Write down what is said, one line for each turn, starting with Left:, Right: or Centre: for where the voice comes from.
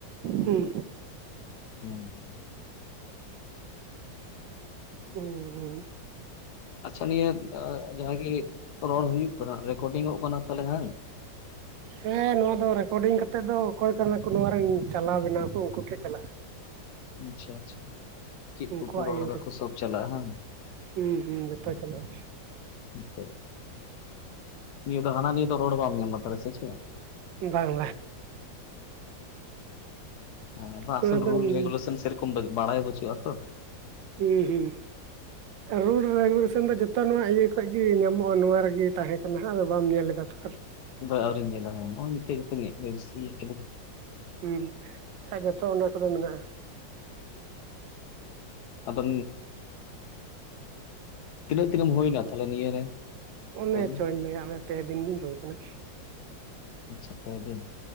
Right: ᱦᱩᱸ
Left: <inaudible>
Right: ᱦᱩᱸ ᱦᱩᱸ
Left: ᱟᱪᱪᱷᱟ ᱱᱤᱭᱟᱹ ᱡᱟᱦᱟᱸ ᱜᱮ ᱨᱚᱲ ᱦᱩᱭᱩᱜ ᱠᱟᱱᱟ ᱨᱮᱠᱚᱰᱤᱝ ᱚᱜ ᱠᱟᱱᱟ ᱛᱟᱦᱚᱞᱮ ᱦᱟᱜ
Right: ᱦᱮᱸ ᱱᱚᱣᱟ ᱫᱚ ᱨᱮᱠᱚᱰᱤᱝ ᱠᱟᱛᱮ ᱫᱚ ᱚᱠᱚᱭ ᱠᱟᱱᱟ ᱠᱚ ᱱᱚᱣᱟ ᱨᱮᱱ ᱪᱟᱞᱟᱣ ᱵᱮᱱᱟᱣ ᱠᱚ ᱩᱱᱠᱩ ᱴᱷᱮᱱ ᱪᱟᱞᱟᱜᱼᱟ
Left: ᱟᱪᱪᱷᱟ ᱟᱪᱪᱷᱟ ᱪᱮᱫ
Right: ᱩᱱᱠᱩᱣᱟᱜ
Left: ᱠᱚᱠᱚ ᱨᱚᱲ
Right: ᱤᱭᱟᱹ
Left: ᱫᱟᱠᱚ
Right: ᱨᱮ
Left: ᱥᱚᱵ ᱪᱟᱞᱟᱜᱼᱟ ᱵᱟᱝ
Right: ᱦᱩᱸ <unintelligible>
Left: ᱟᱪᱪᱷᱟ ᱟᱪᱪᱷᱟ ᱱᱤᱭᱟᱹ ᱫᱚ ᱦᱟᱱᱟ ᱱᱤᱭᱟᱹ ᱫᱚ ᱨᱚᱲ ᱵᱟᱝ ᱧᱟᱢᱟ ᱛᱟᱦᱚᱞᱮ ᱥᱮᱪᱮᱫ
Right: ᱵᱟᱝ ᱵᱟᱝ
Left: ᱦᱩᱸ ᱟᱥᱚᱞ
Right: ᱱᱚᱣᱟ ᱫᱚ
Left: ᱨᱩᱞ
Right: ᱦᱩᱸ
Left: ᱨᱮᱜᱩᱞᱮᱥᱚᱱ ᱥᱤᱨᱤᱯ ᱠᱚᱢ ᱵᱮᱜ ᱵᱟᱲᱟᱭ ᱵᱟᱹᱪᱩᱜᱼᱟ ᱛᱚ
Right: ᱦᱩᱸ ᱦᱩᱸ ᱨᱩᱞ ᱨᱮᱜᱩᱨᱮᱥᱚᱱ ᱫᱚ ᱡᱚᱛᱚ ᱡᱚᱛᱚ ᱱᱚᱣᱟ ᱤᱭᱟᱹ ᱠᱷᱚᱡ ᱜᱮ ᱧᱟᱢᱚᱜᱼᱟ ᱱᱚᱣᱟ ᱨᱮᱜᱮ ᱛᱟᱦᱮᱸ ᱠᱟᱱᱟ ᱟᱫᱚ ᱵᱟᱢ ᱧᱮᱞ ᱞᱮᱫᱟ ᱛᱚ
Left: ᱵᱟ ᱟᱹᱣᱨᱤᱧ ᱧᱮᱞᱟ ᱱᱚᱜᱼᱚᱭ ᱱᱤᱛᱜ ᱜᱮ ᱛᱚ ᱢᱮᱫ ᱡᱟᱨᱥᱤ ᱠᱟᱱᱟ
Right: ᱦᱩᱸ ᱠᱷᱟᱡ ᱡᱚᱛᱚ ᱚᱸᱰᱮ ᱠᱚᱫᱚ ᱢᱮᱱᱟᱜᱼᱟ
Left: ᱟᱫᱚ ᱛᱤᱱᱟᱹᱜ ᱛᱤᱱᱟ. ᱜ ᱦᱩᱭᱱᱟᱢ ᱛᱟᱦᱞᱮ ᱱᱤᱭᱟᱹ ᱨᱮ
Right: ᱚᱱᱮ
Left: ᱠᱟᱹᱢᱤ?
Right: ᱪᱚᱧ ᱞᱟᱹᱭ ᱟᱜ ᱢᱮ ᱯᱮ ᱫᱤᱱ ᱜᱤᱧ ᱦᱩᱭ ᱠᱟᱱᱟ
Left: ᱟᱪᱪᱷᱟ ᱯᱮ ᱫᱤᱱ